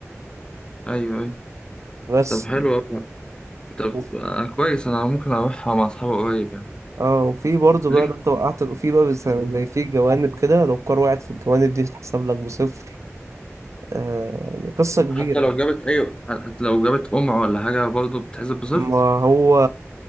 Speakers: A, on the left; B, on the right.
A: ايوه ايوه
B: بس
A: طب حلو اوي طب
B: وف-
A: آه كويس انا ممكن اروحها مع اصحابي قريب يعني
B: اه وفي برضه
A: ليك
B: بقى لو انت وقعت في بقى بس- زي في جوانب كده لو الكار وقعت في الجوانب دي تتحسب لك بصفر آه يعني قصة كبيرة
A: حتى لو
B: يعني.
A: جابت ايوه حتى لو جابت قمع ولا حاجة برضه بتحسب بصفر
B: ما هو